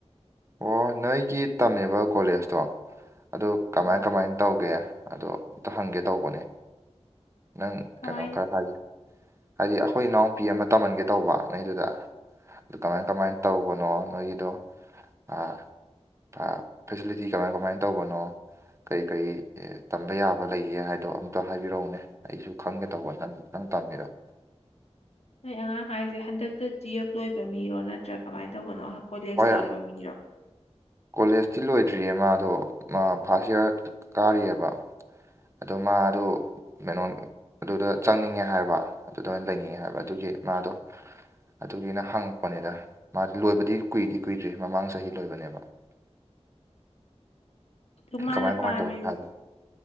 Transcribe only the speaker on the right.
ꯑꯣ ꯅꯣꯏꯒꯤ ꯇꯝꯃꯦꯕ ꯀꯣꯂꯦꯖꯇꯣ ꯑꯗꯨ ꯀꯃꯥꯏ
ꯀꯃꯥꯏꯅ ꯇꯧꯒꯦ ꯑꯗꯣ ꯑꯝꯇ ꯍꯪꯒꯦ ꯇꯧꯕꯅꯦ ꯅꯪ
ꯀꯩꯅꯣ ꯈꯔ ꯍꯥꯏꯔꯤ ꯍꯥꯏꯗꯤ ꯑꯩꯈꯣꯏ ꯏꯅꯥꯎꯄꯤ ꯑꯃ ꯇꯝꯍꯟꯒꯦ ꯇꯧꯕ ꯅ‌ꯣꯏꯗꯨꯗ ꯑꯗꯨ ꯀꯃꯥꯏ ꯀꯃꯥꯏꯅ ꯇꯧꯕꯅꯣ ꯅꯣꯏꯒꯤꯗꯣ ꯑ ꯑꯥ ꯐꯦꯁꯤꯂꯤꯇꯤ ꯀꯃꯥꯏ ꯀꯃꯥꯏꯅ ꯇꯧꯕꯅꯣ ꯀꯔꯤ ꯀꯔꯤ ꯇꯝꯕ ꯌꯥꯕ ꯂꯩꯒꯦ ꯍꯥꯏꯗꯣ ꯑꯝꯇ ꯍꯥꯏꯕꯤꯔꯛꯎꯅꯦ ꯑꯩꯁꯨ ꯈꯪꯒꯦ ꯇꯧꯕ ꯅꯪ ꯅꯪ ꯇꯝꯃꯤꯗ‌ꯣ
ꯍꯣꯏ
ꯀꯣꯂꯦꯖꯇꯤ ꯂꯣꯏꯗ꯭ꯔꯤꯌꯦ ꯃꯥꯗꯣ ꯃꯥ ꯐꯥꯔꯁ ꯏꯌꯥꯔ ꯀꯥꯔꯤꯌ‌ꯦꯕ ꯑꯗꯨ ꯃꯥꯗꯣ ꯃ‌ꯦꯅ‌ꯣꯟ ꯑꯗꯨꯗ ꯆꯪꯅꯤꯡꯉꯦ ꯍꯥꯏꯕ ꯑꯗꯨꯗ ꯑꯣꯏꯅ ꯂꯩꯅꯤꯡꯉꯦ ꯍꯥꯏꯕ ꯑꯗꯨꯒꯤ ꯃꯥꯗꯣ ꯑꯗꯨꯒꯤꯅ ꯍꯪꯉꯛꯄꯅꯤꯗ ꯃꯥꯗꯤ ꯂꯣꯏꯕꯗꯤ ꯀꯨꯏꯗꯤ ꯀꯨꯏꯗ꯭ꯔꯤ ꯃꯃꯥꯡ ꯆꯍꯤ ꯂꯣꯏꯕꯅꯦꯕ <inaudible>
ꯀꯃꯥꯏ ꯀꯃꯥꯏ
ꯇꯧꯅꯤ ꯍꯥꯏꯕ